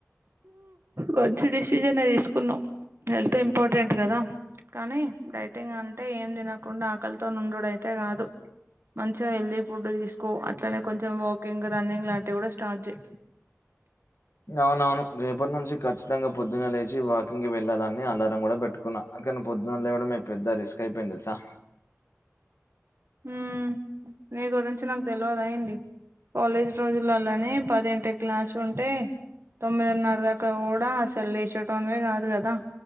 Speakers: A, on the right; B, on the left.
A: మంచి డిసిజెన్ తీసుకున్నావు హెల్త్ ఇంపార్టెంట్ కదా కానీ డైటింగ్ అంటే ఏం తినకుండా ఆకలితో నుండుడు అయితే కాదు మంచిగా హెల్తీ ఫుడ్ తీసుకో అట్లానే కొంచెం వాకింగ్ రన్నింగ్ లాంటివి కూడా స్టార్ట్ చేయి
B: అవునవును రేపు ఇప్పటి నుంచి ఖచ్చితంగా పొద్దున లేచి వాకింగ్ వెళ్ళాలని అలారం కూడా పెట్టుకున్నాను కానీ పొద్దున లేవడమే పెద్ద రిస్క అయిపోయింది తెల్సా
A: మ్మ్ నీ గురించి నాకు తెలియదా ఏంది కాలేజీ రోజులలోనే పదింటికీ క్లాసు ఉంటే తొమ్మిదిన్నర దాకా కూడా అసలు లేచేటోనివే కాదు కదా